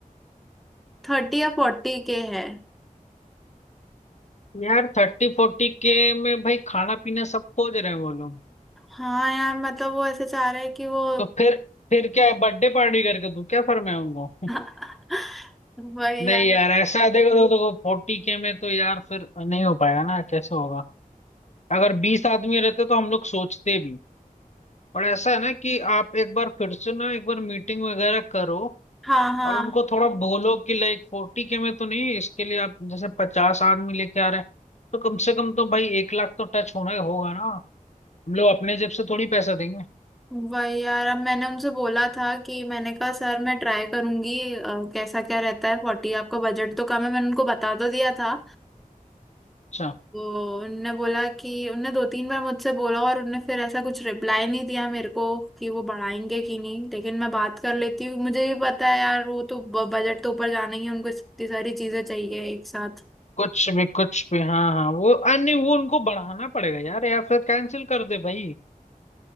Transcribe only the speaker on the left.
यार थर्टी फोर्टी के में भाई खाना पीना सब खोज रहे हैं वो लोग
तो फिर फिर क्या है, बर्थडे पार्टी करके दूं क्या फिर मैं उनको
<laughs>
नहीं
यार ऐसा देखो तो, तो फोर्टी के में तो यार फिर नहीं हो पाएगा ना कैसे होगा अगर बीस आदमी रहते तो हम लोग सोचते भी पर ऐसा है ना कि आप एक बार फिर से ना एक बार मीटिंग वगैरह करो
और उनको थोड़ा बोलो कि लाइक फोर्टी के में तो नहीं इसके लिए आप जैसे पचास आदमी लेके आ रहे हैं तो कम से कम तो भाई एक लाख तो टच होना ही होगा ना हम लोग अपने जेब से थोड़ी पैसा देंगे
अच्छा
कुछ भी कुछ भी हाँ हाँ वो अरे नहीं वो उनको बढ़ाना पड़ेगा यार या फिर कैंसिल कर दे भाई